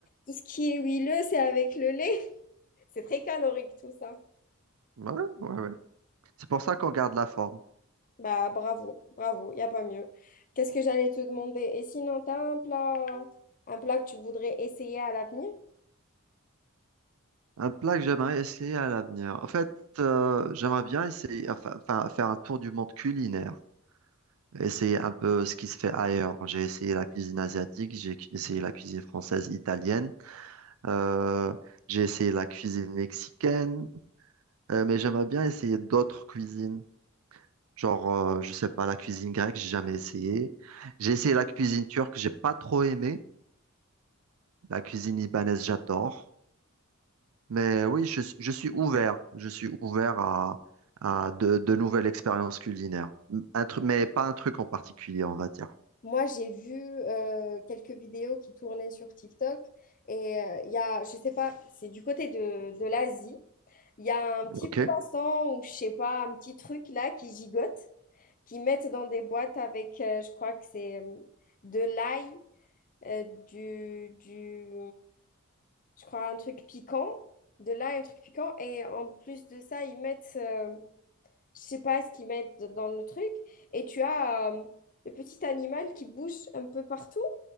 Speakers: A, on the left; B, on the right.
A: Tout ce qui est huileux, c'est avec le lait. <laughs> C'est très calorique, tout ça.
B: Ouais, ouais, ouais. C'est pour ça qu'on garde la forme.
A: Bah, bravo, bravo, il n'y a pas mieux. Qu'est-ce que j'allais te demander? Et sinon, tu as un plat, un plat que tu voudrais essayer à l'avenir?
B: Un plat que j'aimerais essayer à l'avenir. En fait, euh, j'aimerais bien essayer, enfin, enfin, faire un tour du monde culinaire. essayer un peu ce qui se fait ailleurs. J'ai essayé la cuisine asiatique, j'ai cu- essayé la cuisine française, italienne, euh, j'ai essayé la cuisine mexicaine, euh, mais j'aimerais bien essayer d'autres cuisines. Genre, euh, je sais pas, la cuisine grecque, j'ai jamais essayé. J'ai essayé la cuisine turque, j'ai pas trop aimé. La cuisine libanaise, j'adore. Mais oui, je, je suis ouvert. Je suis ouvert à, à de, de nouvelles expériences culinaires. Un truc, mais pas un truc en particulier, on va dire.
A: Moi, j'ai vu euh, quelques vidéos qui tournaient sur TikTok et euh, il y a, je sais pas, c'est du côté de, de l'Asie. Il y a un petit
B: OK?
A: poisson ou je sais pas, un petit truc là qui gigote, qui mettent dans des boîtes avec, euh, je crois que c'est euh, de l'ail, euh, du, du, je crois un truc piquant, de l'ail, un truc piquant. Et en plus de ça, ils mettent, euh, je sais pas ce qu'ils mettent dans le truc. Et tu as euh, le petit animal qui bouge un peu partout.